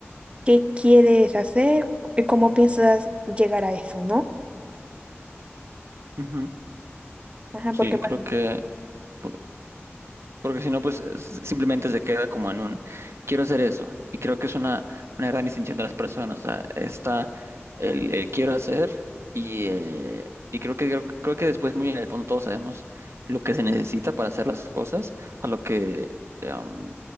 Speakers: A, on the right; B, on the right.
A: qué quieres hacer y cómo piensas llegar a eso, ¿no?
B: Ujú.
A: Ajá,
B: Sí,
A: porque bueno,
B: creo que, por- porque si no, pues es- simplemente se queda como en un, quiero hacer eso. Y creo que es una, una gran distinción de las personas. O sea, está el, el quiero hacer y, eh, y creo que, creo, creo que después muy en el fondo todos sabemos lo que se necesita para hacer las cosas, a lo que, em,